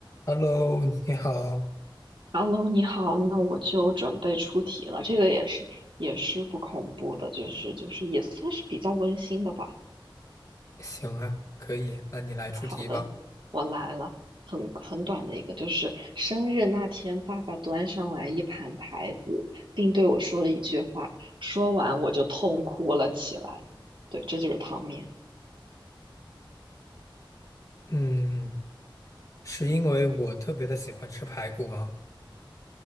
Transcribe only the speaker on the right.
Hello，你好，那我就准备出题了。这个也是也是不恐怖的，就是就是也算是比较温馨的吧。
好的，我来了，很很短的一个，就是生日那天，爸爸端上来一盘排骨，并对我说了一句话，说完我就痛哭了起来。对，这就是汤面。